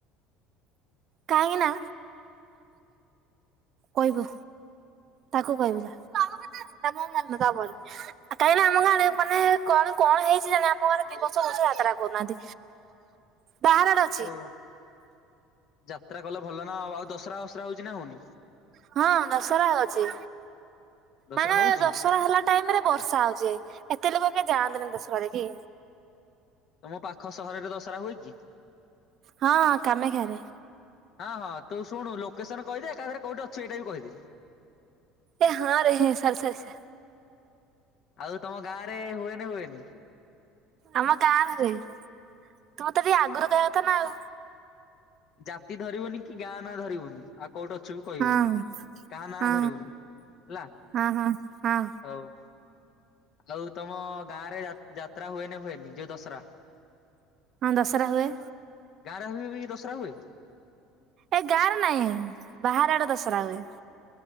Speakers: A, on the right; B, on the left.
A: କାହିଁକି ନା କହିବୁ ତାକୁ କହିବୁ ଯା କାହିଁକି ନା ଆମ ଗାଁରେ ମାନେ କଣ କଣ ହେଇଛି ଜାଣିନି। ଆମ ଗାଁରେ ଦିଇ ବର୍ଷ ବର୍ଷ ଯାତ୍ରା କରୁନାହାନ୍ତି।
B: <inaudible>
A: ବାହାର ଆଡେ ଆସ୍
B: ଓ ଯାତ୍ରା କଲେ ଭଲ ନା ଆ ଆଉ ଦଶହରା ଫସରା ହଉଛି ନା ହଉନି?
A: ହଁ ଦଶହରା ହୋଉଛି
B: ଦଶରା
A: ମାନେ
B: ହଉଛି
A: ଦଶହରା ହେଲା ଟାଇମ ରେ ବର୍ଷା ହୋଉଛି। ଏତେ ଲୋକ କେହୀ ଯାଆନ୍ତିନି ଦସହରା ଦେଖି।
B: ତମ ପାଖ ସହରରେ ଦଶହରା ହୁଏ କି?
A: ହଁ କାମାଖ୍ୟରେ
B: ହଁ ହଁ ତୁ ଶୁଣୁ ଲୋକେସନ କହିଦେ ଏକାଥରେ କୋଉଠି ଅଛୁ ଏଇଟା ବି କହିଦେ?
A: ଏ ହଁରେ ହେଁ ସରି ସରି ସ
B: ଆଉ ତମ ଗାଁରେ ହୁଏନା ହୁଏନି?
A: ଆମ ଗାଁ ରେ ତୁ ମତେ ମୋତେ ଟିକେ ଆଗରୁ କହିବା କଥା ନା ଆଉ
B: ଜାତି ଧରିବୁନି କି ଗାଁ ନାଁ ଧରିବୁନି। ଆଉ କୋଉଠି ଅଛୁ ବି କହିବୁନି।
A: ହଁ।
B: କାହା ନାଁ
A: ହଁ
B: ଧରିବୁନି ହେଲା।
A: ହଁ ହଁ ହଁ
B: ହୋଉ। ଆଉ ତମ ଗାଁ ରେ ଯାତ୍ରା ହୁଏନା ହୁଏନି ଯୋଉ ଦଶହରା?
A: ହଁ ଦଶହରା ହୁଏ।
B: ଗାଁରେ ହେଲେ ବି ଦସହରା ହୁଏ?
A: ଏ ଗାଁରେ ନାଇଁ ବାହାରେ ଆଡେ ଦଶରା ହୁଏ।